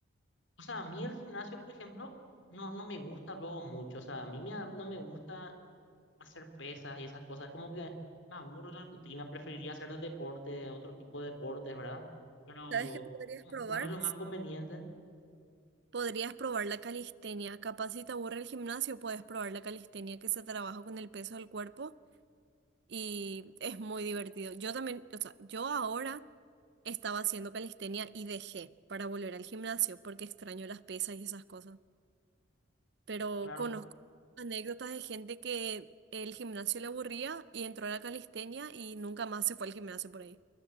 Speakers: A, on the left; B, on the right.
A: O sea, a mí el gimnasio, por ejemplo, no, no me gusta luego mucho, o sea, a mí me, no me gusta hacer pesas y esas cosas. Como que me aburro la rutina, preferiría hacer deporte, otro tipo de deportes, ¿verdad? Pero
B: ¿Sabes qué podrías
A: como
B: probar?
A: como es lo más conveniente,
B: Podrías probar la calistenia. Capaz si te aburre el gimnasio, puedes probar la calistenia que se trabaja con el peso del cuerpo y es muy divertido. Yo también, o sea, yo ahora estaba haciendo calistenia y dejé para volver al gimnasio porque extraño las pesas y esas cosas. Pero
A: claro,
B: conozco anécdotas de gente que el gimnasio le aburría y entró a la calistenia y nunca más se fue al gimnasio por ahí.